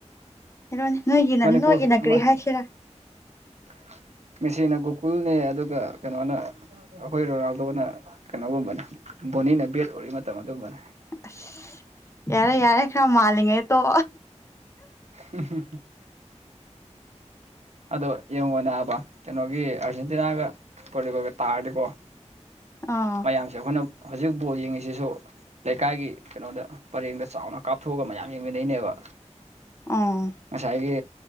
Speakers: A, on the left; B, on the right.
A: ꯍꯂꯣꯅꯦ ꯅꯣꯏꯒꯤ
B: ꯃꯅꯤꯄꯨꯔ
A: ꯅꯣꯏꯒꯤ ꯅꯈ꯭ꯔꯤ ꯍꯥꯏꯁꯤꯔꯥ
B: <unintelligible> ꯃꯦꯁꯤꯅ ꯒꯣꯀꯨꯜꯅꯦ ꯑꯗꯨꯒ ꯀꯩꯅꯣꯅ ꯑꯩꯈꯣꯏ ꯔꯣꯅꯥꯜꯗꯣꯅ ꯀꯩꯅꯣꯒꯨꯝꯕꯅꯦ ꯕꯣꯅꯤꯅ ꯕꯦꯠ ꯑꯣꯏꯔꯤ ꯃꯇꯝ ꯑꯗꯨꯝꯕꯅꯦ
A: ꯑꯁ ꯌꯥꯔꯦ ꯌꯥꯔꯦ ꯈꯔ ꯃꯥꯜꯂꯤꯉꯦꯣ
B: ꯎ ꯑꯗꯣ ꯌꯦꯡꯉꯣꯅꯦ ꯍꯥꯏꯕ ꯀꯩꯅꯣꯒꯤ ꯑꯥꯔꯖꯦꯟꯇꯤꯅꯥꯒ ꯄꯣꯔꯇꯨꯒꯣꯜꯒ ꯇꯥꯔꯗꯤꯀꯣ
A: ꯑꯥ
B: ꯃꯌꯥꯝꯁꯦ ꯑꯩꯈꯣꯏꯅ ꯍꯧꯖꯤꯛ ꯐꯨꯠꯕꯣꯜ ꯌꯦꯡꯉꯤꯁꯤꯁꯨ ꯂꯩꯀꯥꯏꯒꯤ ꯀꯩꯅꯣꯗ ꯄꯔꯦꯡꯗ ꯆꯥꯎꯅ ꯀꯥꯞꯊꯣꯛꯑꯒ ꯃꯌꯥꯝ ꯌꯦꯡꯃꯤꯟꯅꯩꯅꯦꯕ
A: ꯑꯥ
B: ꯉꯁꯥꯏꯒꯤ